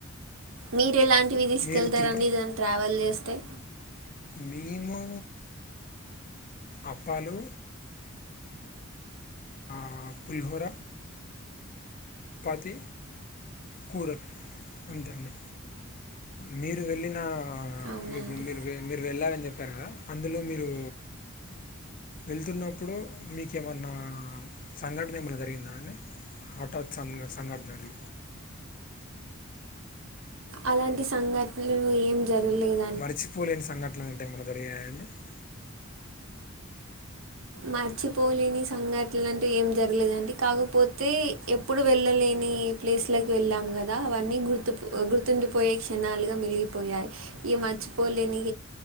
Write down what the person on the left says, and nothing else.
మీరు తిరుపతి
మేము అప్పాలు ఆ పులిహోర చపాతి కూరలు అంతే అండి మీరు వెళ్ళిన
మీరు మీరు వెళ్ళాలని చెప్పారు కదా అందులో మీరు వెళ్తున్నప్పుడు మీకేమన్న సంఘటన ఏమైన్న జరిగిందా అండి హఠాత్ సం సంఘటనలు
మరిచిపోలేని సంఘటనలు ఏంటే ఏమన్న <unintelligible>